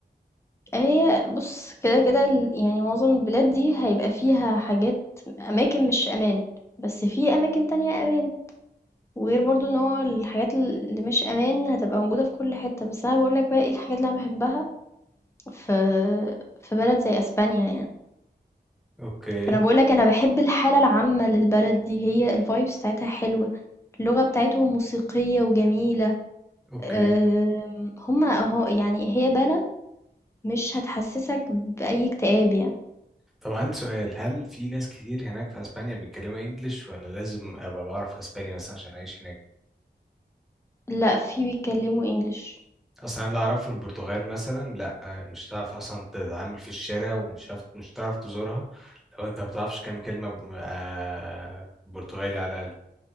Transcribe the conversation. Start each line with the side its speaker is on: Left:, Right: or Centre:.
Left: هي بص كده كده ال- يعني معظم البلاد دي هيبقى فيها حاجات أماكن مش أمان بس في أماكن تانية أمان وغير برضو ان هو الحاجات اللي مش أمان هتبقى موجودة في كل حتة بس أنا بقولك بقى ايه الحاجات اللي أنا بحبها في في بلد زي أسبانيا يعني
Centre: اوكي
Left: فأنا بقولك أنا بحب الحالة العامة للبلد دي هي الفايبس بتاعتها حلوة اللغة بتاعتهم موسيقية وجميلة
Centre: اوكي
Left: آم، هما اهو يعني هي بلد مش هتحسسك بأي اكتئاب يعني
Centre: طب عندي سؤال هل في ناس كتير هناك في اسبانيا بيتكلموا انجليش ولا لازم ابقى بعرف اسبانيا بس عشان اعيش هناك
Left: لا في بيتكلموا انجلش
Centre: اصلا اللي اعرفه البرتغال مثلا لا آه، مش هتعرف اصلا تتعامل في الشارع ومش هتعرف مش هتعرف تزورها لو انت ما بتعرفش كام كلمه ب- آه، برتغالي على الاقل